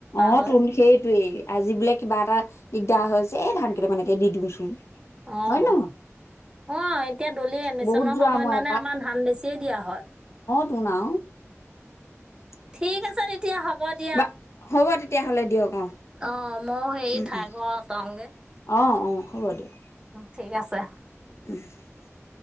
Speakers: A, on the left (about 60°); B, on the right (about 15°).
A: অ'
B: হয়
A: তোন সেইটোৱেই আজি বোলে কিবা এটা দিগদাৰ হৈছে এই ধানকেইটা মানেকে দি দোছোন
B: অঁ
A: হয় ন?
B: অ' এতিয়া দলি এডমিচনৰ
A: বহুত যোৱা
B: সময়ত
A: মই
B: মানে আমাৰ ধান বেছিয়ে দিয়া হয়।
A: শুনাও। <inaudible>
B: ঠিক আছে তেতিয়া হ'ব দিয়া।
A: বা হ'ব তেতিয়াহ'লে দিয়ক অ
B: অ' মই সেই
A: উম
B: ঠাই
A: উম
B: ঘৰ অটাও।
A: অ' অ' হ'ব দিয়া।
B: ঠিক আছে।
A: <inaudible>